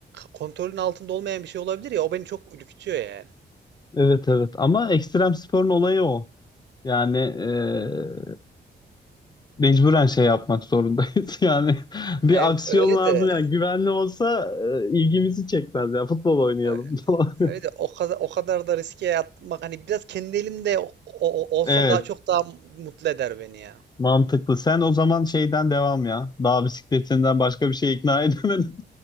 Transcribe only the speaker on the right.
kontrolün altında olmayan bir şey olabilir ya o beni çok ürkütüyor yani.
Evet
öyle
de
ö-
öyle de o kadar o kadar da riske atmak hani biraz kendi elimde o- o- olsa
daha çok daha mutlu eder beni ya.